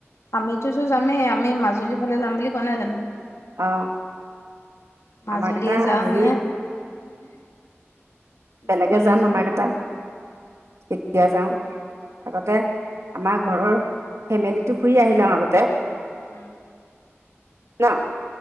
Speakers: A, on the left (about 80°); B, on the right (about 80°).
A: আমিতো যামেই, আমি মাজুলীৰ ফালে যাম বুলি কোৱা নাই জানো?
B: আহ
A: মাজুলীয়ে
B: আমাক এটা
A: যাওঁ
B: হেৰি
A: নে নে
B: বেলেগে
A: কলৈ
B: যাম
A: যাওঁ
B: আমাক এটা কেতিয়া যাও। আগতে আমাৰ ঘৰৰ ফেমিলিতো ফুৰি আহি লওঁ আগতে।
A: উম।
B: ন।